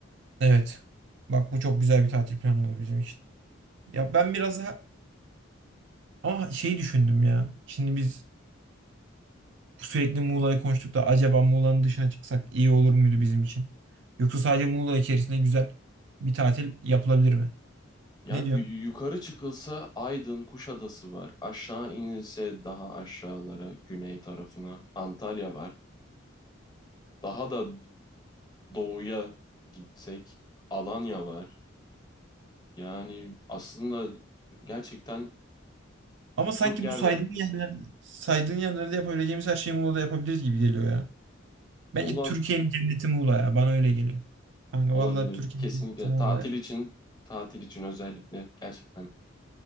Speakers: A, on the right; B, on the left.
A: Evet. Bak bu çok güzel bir tatil planı olur bizim için. Ya ben biraz daha ama şey düşündüm ya. Şimdi biz sürekli Muğla'yı konuştuk da acaba Muğla'nın dışına çıksak iyi olur muydu bizim için? Yoksa sadece Muğla içerisinde güzel bir tatil yapılabilir mi?
B: Yani
A: Ne diyorsun?
B: yu- yukarı çıkılsa Aydın, Kuşadası var. Aşağı inilse daha aşağılara, güney tarafına Antalya var. Daha da doğuya gitsek Alanya var. Yani aslında gerçekten
A: Ama
B: birçok
A: sanki
B: yer
A: bu saydığın
B: var.
A: yerler, saydığın yerlerde yapabileceğimiz her şeyi Muğla'da yapabiliriz gibi geliyor ya. Bence
B: Muğla
A: Türkiye'nin cenneti Muğla ya. Bana öyle geliyor. Kanka
B: olabilir.
A: vallahi Türkiye'nin
B: Kesinlikle
A: cenneti Muğla
B: tatil
A: ya.
B: için, tatil için özellikle gerçekten